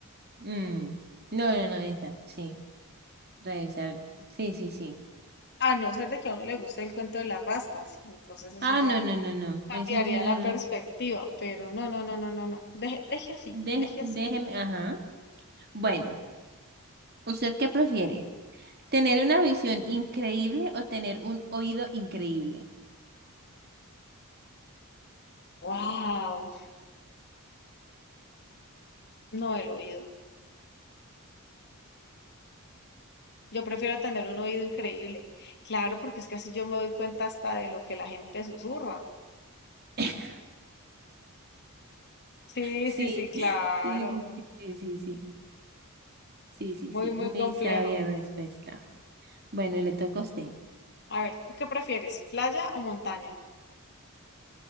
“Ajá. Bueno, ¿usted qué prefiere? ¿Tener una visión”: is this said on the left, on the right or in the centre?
Right